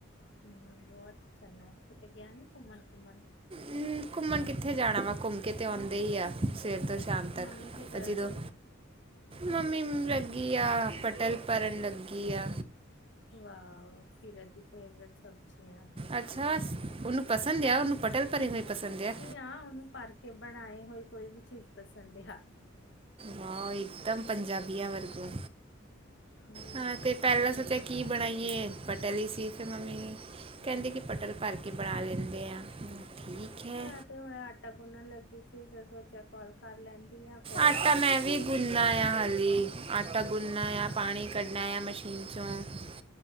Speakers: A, on the left; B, on the right.
A: ਹਮ ਬਹੁਤ ਚੰਗਾ ਹੈ ਕਿਤੇ ਗਿਆ ਨੀ ਘੁੰਮਣ - ਘੁੰਮਣ।
B: ਹਮ ਘੁੰਮਣ ਕਿੱਥੇ ਜਾਣਾ ਵਾ ਘੁੰਮ ਕੇ ਤੇ ਆਉਂਦੇ ਹੀ ਆ ਸਵੇਰ ਤੋਂ ਸ਼ਾਮ ਤੱਕ
A: ਮੰਮੀ ਕੀ ਕਰਨ
B: ਅਜੀ ਦੋ
A: ਡਈ?
B: ਮੰਮੀ ਹਮ ਲੱਗੀ ਆ ਪਟਲ ਭਰਨ ਲੱਗੀ ਆ।
A: ਵਾਹ ਸੀਰਤ ਦੀ ਫੇਵਰੇਟ ਸਬਜ਼ੀਆ
B: ਅੱਛਾ ਉਹਨੂੰ ਪਸੰਦ ਆ ਉਹਨੂੰ ਪਟਲ ਭਰੇ ਹੋਏ ਪਸੰਦ ਆ।
A: ਆ ਉਹਨੂੰ ਭਰ ਕੇ ਬਣਾਏ ਹੋਏ ਕੋਈ ਵੀ ਚੀਜ਼ ਪਸੰਦ ਆ।
B: ਵਾਹ ਇੱਕਦਮ ਪੰਜਾਬੀ ਆ ਵਰਗੋਂ
A: ਹੂੰ
B: ਹਾਂ ਤੇ ਪਹਿਲਾਂ ਸੋਚਿਆ। ਕੀ ਬਣਾਈਏ ਬਟਲ ਈ ਸੀ ਫਿਰ ਮੰਮੀ ਕਹਿੰਦੇ ਕਿ ਪਟਲ ਭਰ ਕੇ ਬਣਾ ਲੈਂਦੇ ਆਂ ਠੀਕ ਹੈ।
A: ਮੈਂ ਤੇ ਹੁਣ ਆਟਾ ਗੁੰਨਣ ਲੱਗੀ ਸੀ ਫਿਰ ਸੋਚਿਆ ਕਾਲ ਕਰ ਲੈਂਦੀ ਆਂ।
B: ਆਟਾ ਮੈਂ ਵੀ ਗੁੰਨਨਾ ਆ ਹਾਲੀ ਆਟਾ ਗੁੰਨਨਾ ਆ ਪਾਣੀ ਕੱਢਨਾ ਆ ਮਸ਼ੀਨ 'ਚੋਂ